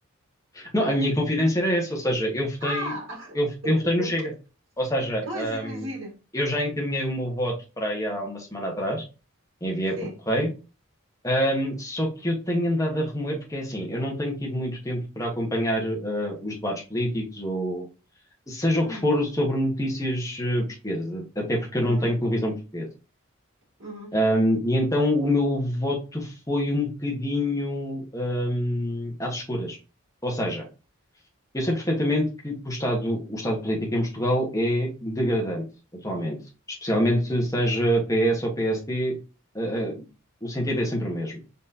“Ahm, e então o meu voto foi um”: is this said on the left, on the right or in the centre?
Left